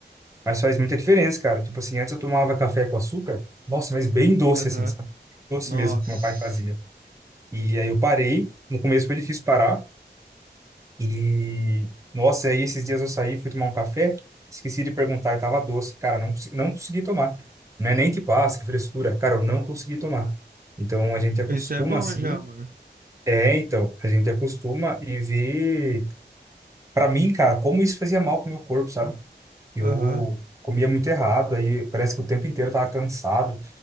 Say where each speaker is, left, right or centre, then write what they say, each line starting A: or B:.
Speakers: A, on the right (about 15°); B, on the right (about 55°).
A: mas faz muita diferença, cara. Tipo assim, antes eu tomava café com açúcar, nossa, mas bem doce
B: Aham.
A: assim, sabe? Doce
B: Nossa.
A: mesmo que meu pai fazia. E aí eu parei, no começo foi difícil parar, e, nossa, aí esses dias eu saí, fui tomar um café, esqueci de perguntar e tava doce. Cara, não, consi- não consegui tomar. Não é nem tipo, ah, que frescura. Cara, eu não consegui tomar. Então, a gente acostuma
B: Isso é bom
A: assim.
B: já, mano.
A: É, então, a gente acostuma e vê. Pra mim, cara, como isso fazia mal pro meu corpo, sabe? Eu
B: Aham.
A: comia muito errado, aí parece que o tempo inteiro eu tava cansado,